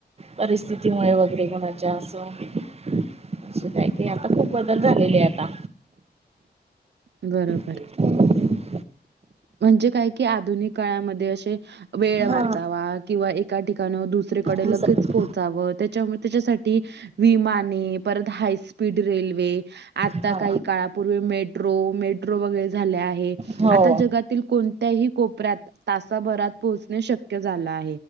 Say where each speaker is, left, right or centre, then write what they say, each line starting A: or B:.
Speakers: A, on the right; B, on the right.
A: परिस्थितीमुळे वगैरे कोुणाच्या असो. अस काय क आता खूप बदल झालेले आता
B: बरोबर.
A: ह.
B: म्हणजे काय कि आधुनिक काळामध्ये असे वेळ
A: हा
B: वाचावा किंवा एका ठिकाण दुस दुसरीकडे
A: दुसरं
B: लगेच पोहोचावं त्याच्यामुळे त्याच्यासाठी विमाने परत हायस्पीड रेल्वे आता
A: हा
B: काही काळापूर्वी मेट्रो मेट्रो वगैरे झाले आहेत
A: हो
B: आता जगात कोणत्याही कोपऱ्यात तासाभरात पोहोचणे शक्य झालं आहे.